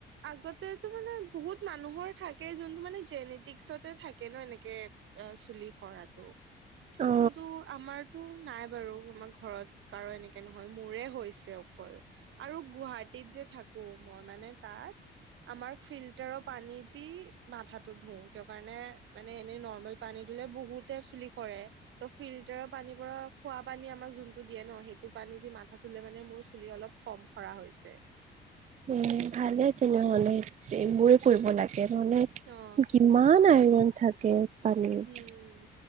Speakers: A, on the right (about 75°); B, on the right (about 35°).
A: আগতেতো মানে বহুত মানুহৰ থাকে যোনটো মানে জেনেটিক্সতে থাকে ন' এনেকে অ', চুলি সৰাটো
B: অ
A: কিন্তু, আমাৰতো নাই বাৰু আমাৰ ঘৰত, কাৰো এনেকে নহয় মোৰে হৈছে অকল। আৰু গুৱাহাটীত যে থাকো মই মানে তাত আমাৰ ফিল্টাৰৰ পানী দি, মাথাটো ধু কিয় কাৰণে মানে এনেই নৰ্মেল পানী ধুলে বহুতে চুলি সৰে, ত' ফিল্টাৰৰ পানীৰ পৰা খোৱা পানী আমাক যোনটো দিয়ে ন' সেইটো পানী দি মাথা ধুলে মানে মোৰ চুলি অলপ কম সৰা হৈ যায়।
B: এ ভালে তেনেহ'লে, এইবোৰে কৰিব লাগে নহ'লে
A: অ
B: কিমান আইৰন থাকে পানীত।
A: উম